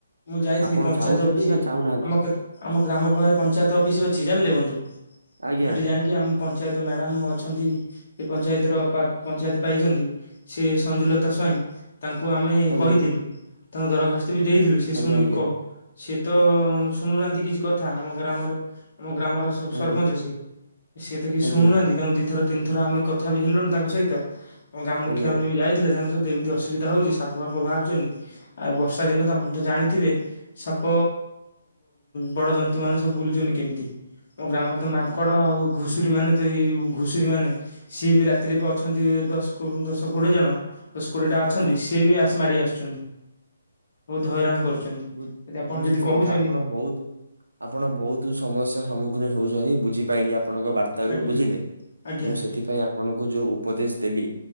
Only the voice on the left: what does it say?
ମୁଁ ଯାଇଥିଲି
ପଞ୍ଚାୟତ
ଅଫିସ
ଆମ-ଆମ ଗ୍ରାମ ପାଖରେ ପଞ୍ଚାୟତ ଅଫିସ ଅଛି ଜାଣିଲ। ଲେ ବନ୍ଧୁ
ସେଠି ଯାଇକି ଆମ ପଞ୍ଚାୟତ ମ୍ୟାଡାମ ଅଛନ୍ତି ପଞ୍ଚାୟତର ପଞ୍ଚାୟତ ପାଇଛନ୍ତି ସେ ସଂଜୁଲତା ସ୍ୱାଇଁ ତାଙ୍କୁ ଆମେ
କହିଥିଲୁ ତାଙ୍କୁ ଦରଖାସ୍ତ ବି ଦେଇଥିଲୁ ସେ
ଶୁଣିକି
କହୁ ସେ ତ ଶୁଣୁନାହାନ୍ତି କିଛି କଥା ଆମ ଗ୍ରାମରେ ଆମ ଗ୍ରାମର ସବୁ ସରପଞ୍ଚ
ଅଛି ସିଏ ତ କିଛି
ଶୁଣୁନାହାନ୍ତି ତାଙ୍କୁ ଦି ଥର ତିନିଥର ଆମେ କଥା ବି ହେଲୁଣି ତାଙ୍କ ସହିତ ଆମ ଗାଁ ମୁଖିଆ
ମାନେ ବି ଯାଇଥିଲେ ତାଙ୍କ ସହିତ ଏମିତି ଅସୁବିଧା ହଉଛି ସାପ ଫାପ ବାହାରୁଛନ୍ତିି ଆଉ ବସିତେ ସା ଦିନ ତ ତ ଜାଣିଥିବେ ସାପ ବଡ ଜନ୍ତୁ ମାନେ ସବୁ ବୁଲୁଛନ୍ତି କେମିତି ମୋ ଗ୍ରାମରେ ତ ମାଙ୍କଡ
ଆଉ ଘୁଷ୍ ଷୁରୀ ମାନେ ତ ଘୁଷୁରୀ ମାନେ ସିଏ ବି ରାତିରେ ଅଛନ୍ତି ଦଶ ଦଶ କୋଡିଏ ଜଣ ଦଶ କୋଡ଼ିଏଟା ଅଛନ୍ତି
ସିଏ ବି ଆସ୍ ମାଡ଼ି ଆସୁଛନ୍ତି ବହୁତ ହଇରାଣ କରୁଛନ୍ତି।
ଯଦି ଆପଣ
ଯଦି
କହୁଛନ୍ତି
ଆଜ୍ଞା
ଆଜ୍ଞା